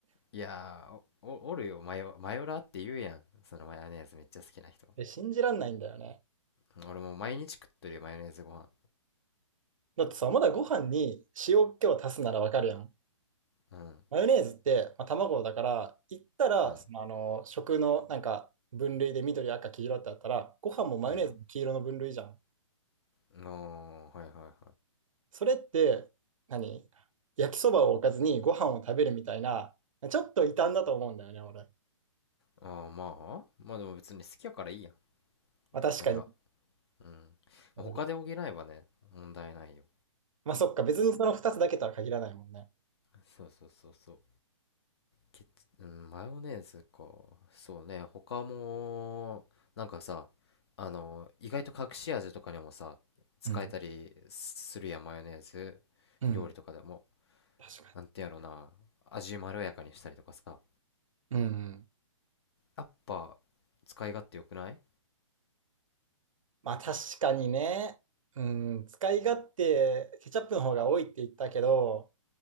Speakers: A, on the left (about 50°); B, on the right (about 80°).
A: いやーお、おおるよマヨ、マヨラーって言うやんそのマヨネーズめっちゃ好きな人
B: て信じらんないんだよね。
A: うん俺もう毎日食ってるよマヨネーズご飯
B: だってさ、まだご飯に塩気を足すならわかるやん。
A: うん
B: マヨネーズって、まあ、卵だから、言ったら、
A: うん
B: その、あの、食のなんか分類で緑、赤、黄色ってあったら、ご飯もマヨネーズも黄色の分類じゃん。
A: うんのーはいはいはい
B: それって、何焼きそばを置かずにご飯を食べるみたいな、ちょっと異端だと思うんだよね、俺。
A: あーまあまあでも別に好きやからいいやん
B: まあ、確かに。
A: それはうんまあ他で補えばね問題ないよ
B: なるほどまあ、そっか、別にその2つだけとは限らないもんね。
A: そうそうそうそうケチうんマヨネーズかそうね他もなんかさあの意外と隠し味とかにもさ使えたりするやんマヨネーズ
B: うん。うん。
A: 料理とかでも
B: 確か
A: なんてやろな、味まろやかにしたりとかさ、
B: に。うん。
A: やっぱ使い勝手良くない
B: まあ、確かにね。うん。使い勝手、ケチャップの方が多いって言ったけど、